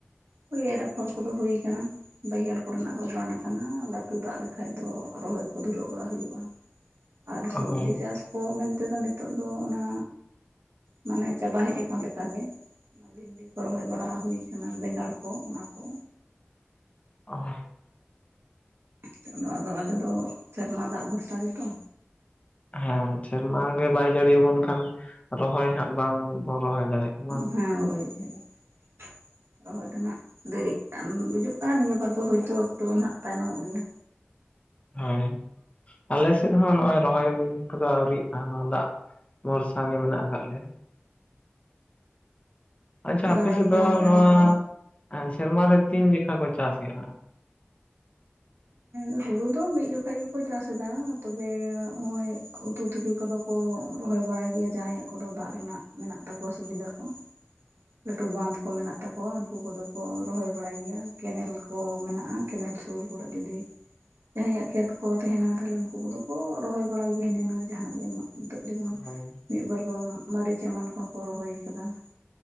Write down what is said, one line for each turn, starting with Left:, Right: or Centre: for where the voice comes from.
Right: ᱦᱩᱭ ᱮᱨ ᱟᱯᱷᱚᱨ ᱠᱚᱫᱚ ᱦᱩᱭ ᱠᱟᱱᱟ᱾ ᱵᱟᱹᱭᱦᱟᱹᱲ ᱠᱚᱨᱮᱱᱟᱜ ᱫᱚ ᱜᱟᱱ ᱠᱟᱱᱟ ᱞᱟᱹᱴᱩ ᱫᱟᱜ ᱞᱮᱠᱷᱟᱡ ᱫᱚ ᱨᱚᱦᱚᱭ ᱠᱚ ᱫᱷᱩᱨᱟᱹᱜ ᱵᱟᱲᱟ ᱦᱩᱭᱩᱜ-ᱟ
Left: <inaudible>
Right: ᱟᱨ ᱥᱚᱵᱡᱤ
Left: ᱦᱳᱭ
Right: ᱪᱟᱥ ᱠᱚ ᱢᱮᱱᱛᱮᱫᱚ ᱱᱤᱛᱚᱜ ᱫᱚ ᱚᱱᱟ ᱢᱟᱱᱮ ᱪᱟᱵᱟ ᱦᱮᱡ ᱟᱠᱟᱱ ᱞᱮᱠᱟ ᱜᱮ ᱵᱷᱤᱱᱰᱤ ᱠᱚ ᱨᱚᱦᱚᱭ ᱵᱟᱲᱟ ᱦᱩᱭ ᱠᱟᱱᱟ ᱵᱮᱸᱜᱟᱲ ᱠᱚ ᱚᱱᱟ ᱠᱚ
Left: <unintelligible>
Right: ᱱᱤᱛᱳᱜ ᱫᱚ ᱟᱫᱚ ᱟᱞᱮᱫᱚ ᱥᱮᱨᱢᱟ ᱫᱟᱜ ᱵᱷᱚᱨᱥᱟ ᱜᱮᱛᱚ
Left: ᱦᱮᱸ ᱥᱮᱨᱢᱟ ᱜᱮ ᱵᱟᱭ ᱡᱟᱹᱲᱤ ᱟᱵᱚᱱ ᱠᱷᱟᱱ ᱨᱚᱦᱚᱭ ᱦᱟᱸᱜ ᱵᱟᱝ ᱨᱚᱦᱚᱭ ᱫᱟᱲᱮᱭᱟᱜᱼᱟ
Right: ᱦᱮᱸ ᱦᱳᱭ <unintelligible> ᱨᱚᱦᱚᱭ ᱨᱮᱱᱟᱜ ᱫᱮᱨᱤᱜ ᱠᱟᱱ ᱵᱩᱡᱩᱜ ᱠᱟᱱ ᱱᱤᱭᱟᱹᱵᱟᱨ ᱫᱚ ᱦᱳᱭᱛᱳ ᱮᱠᱴᱩ ᱱᱟᱜ ᱛᱟᱭᱱᱚᱢᱚᱜ ᱜᱮᱭᱟ᱾
Left: ᱦᱳᱭ ᱟᱞᱮ ᱥᱮᱫ ᱦᱚᱸ ᱱᱚᱜ-ᱚᱭ ᱨᱚᱦᱚᱭ ᱠᱚᱫᱚ ᱟᱹᱣᱨᱤᱜ-ᱟ ᱱᱚᱣᱟ ᱫᱟᱜ ᱵᱷᱚᱨᱥᱟ ᱜᱮ ᱢᱮᱱᱟᱜ ᱟᱠᱟᱫ ᱞᱮᱭᱟ ᱟᱪᱪᱷᱟ ᱟᱯᱮ
Right: ᱜᱟᱰᱟ
Left: ᱥᱮᱫ
Right: ᱠᱚ
Left: ᱫᱚ
Right: ᱰᱮᱢ
Left: ᱱᱚᱣᱟ
Right: ᱠᱚ
Left: ᱥᱮᱨᱢᱟ ᱨᱮ ᱛᱤᱱ ᱡᱮᱠᱷᱟ ᱠᱚ ᱪᱟᱥ ᱜᱮᱭᱟ?
Right: ᱮ ᱦᱩᱲᱩ ᱫᱚ ᱢᱤᱫ ᱡᱚᱠᱷᱚᱱ ᱜᱮᱠᱚ ᱪᱟᱥ ᱮᱫᱟ ᱛᱚᱵᱮ ᱦᱚᱜ-ᱚᱭ ᱩᱛᱩ ᱛᱤᱠᱮ ᱠᱚᱫᱚ ᱠᱚ ᱨᱚᱦᱚᱭ ᱵᱟᱲᱟᱭ ᱜᱮᱭᱟ ᱡᱟᱦᱟᱸᱭᱟᱜ ᱠᱚᱫᱚ ᱫᱟᱜ ᱨᱮᱱᱟᱜ ᱢᱮᱱᱟᱜ ᱛᱟᱠᱚᱣᱟ ᱥᱩᱵᱤᱫᱟ ᱠᱚ ᱞᱟᱹᱴᱩ ᱵᱟᱸᱫᱷ ᱠᱚ ᱢᱮᱱᱟᱜ ᱛᱟᱠᱚᱣᱟ ᱩᱱᱠᱩ ᱠᱚᱫᱚ ᱠᱚ ᱨᱚᱦᱚᱭ ᱵᱟᱲᱟᱭ ᱜᱮᱭᱟ ᱠᱮᱱᱮᱞ ᱠᱚ ᱢᱮᱱᱟᱜ-ᱟ ᱠᱮᱱᱮᱞ ᱥᱩᱨ ᱠᱚᱨᱮᱜ ᱡᱩᱫᱤ ᱡᱟᱦᱟᱸᱭᱟᱜ ᱠᱷᱮᱛ ᱠᱚ ᱛᱟᱦᱮᱱᱟ ᱛᱟᱦᱚᱞᱮ ᱩᱱᱠᱩ ᱠᱚᱫᱚ ᱠᱚ ᱨᱚᱦᱚᱭ ᱵᱟᱲᱟᱭ ᱜᱮᱭᱟ ᱦᱤᱱᱟᱹᱱᱤᱭᱟᱹ ᱡᱟᱦᱟᱱᱟᱜ ᱜᱮ ᱢᱟ ᱱᱤᱛᱚᱜ ᱡᱮᱢᱚᱱ
Left: ᱦᱳᱭ
Right: ᱢᱤᱫᱵᱟᱨ ᱠᱚᱫᱚ ᱢᱟᱨᱤᱪ ᱮᱢᱟᱱ ᱠᱚᱦᱚᱸ ᱠᱚ ᱨᱚᱦᱚᱭ ᱟᱠᱟᱫᱟ ᱾